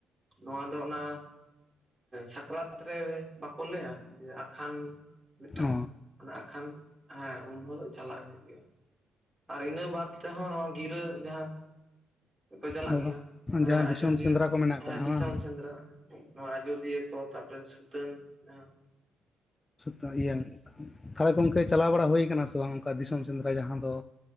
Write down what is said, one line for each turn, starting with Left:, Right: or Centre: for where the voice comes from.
Right: ᱱᱚᱣᱟ ᱫᱚ ᱚᱱᱟ ᱥᱟᱠᱨᱟᱛ ᱨᱮ ᱵᱟᱠᱚ ᱞᱟᱹᱭᱟ ᱡᱮ ᱟᱠᱷᱟᱱ, ᱢᱤᱫᱴᱟᱝ
Left: ᱚ
Right: ᱚᱱᱮ ᱟᱠᱠᱷᱟᱱ ᱦᱮᱸ ᱩᱱ ᱦᱤᱞᱳᱜ ᱪᱟᱞᱟᱜ ᱦᱩᱭᱩᱜ ᱜᱮᱭᱟ ᱟᱨ ᱤᱱᱟᱹ ᱵᱟᱫ ᱛᱮᱦᱚᱸ ᱱᱚᱣᱟ ᱜᱤᱨᱟᱹ ᱡᱟᱦᱟᱸ ᱠᱚ ᱪᱟᱞᱟᱜ
Left: ᱚ
Right: ᱜᱮᱭᱟ ᱦᱮᱸ
Left: ᱡᱟᱦᱟᱸ ᱫᱤᱥᱚᱢ
Right: ᱟᱡᱚᱫᱤᱭᱟᱹ
Left: ᱥᱮᱸᱫᱽᱨᱟ ᱠᱚ ᱢᱮᱱᱟᱜ
Right: ᱦᱮᱸ
Left: ᱠᱟᱜᱼᱟ
Right: ᱫᱤᱥᱚᱢ
Left: ᱵᱟᱝ
Right: ᱥᱮᱸᱫᱽᱨᱟ, ᱱᱚᱣᱟ ᱟᱡᱚᱫᱤᱭᱟᱹ ᱠᱚ ᱛᱟᱯᱚᱨᱮ ᱥᱩᱛᱟᱹᱱ ᱡᱟᱦᱟᱸ᱾
Left: ᱛᱟᱦᱞᱮ ᱤᱭᱟᱹ ᱛᱟᱦᱚᱞᱮ ᱜᱚᱢᱠᱮ ᱪᱟᱞᱟᱣ ᱵᱟᱲᱟ ᱦᱩᱭ ᱠᱟᱱᱟ ᱥᱮ ᱵᱟᱝ ᱚᱱᱠᱟ ᱫᱤᱥᱚᱢ ᱥᱮᱸᱫᱽᱨᱟ ᱡᱟᱦᱟᱸ ᱫᱚ,